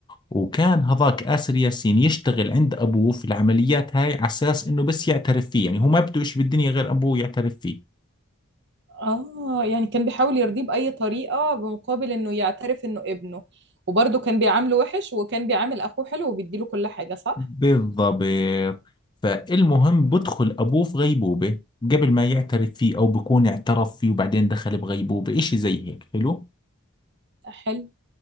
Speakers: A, on the left (about 20°); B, on the right (about 50°).
A: وكان هذاك آسر ياسين يشتغل عند أبوه في العمليات هاي على أساس إنه بس يعترف فيه يعني هو ما بده إشي بالدنيا غير أبوه يعترف فيه
B: اه يعني كان بيحاول يرضيه بأي طريقة بمقابل إنه يعترف إنه ابنه وبرضه كان بيعامله وحش وكان بيعامل أخوه حلو وبيديله كل حاجة صح؟
A: بالضبط فالمهم بدخل أبوه في غيبوبة قبل ما يعترف فيه أو بكون اعترف فيه وبعدين دخل بغيبوبة إشي زي هيك حلو
B: حلو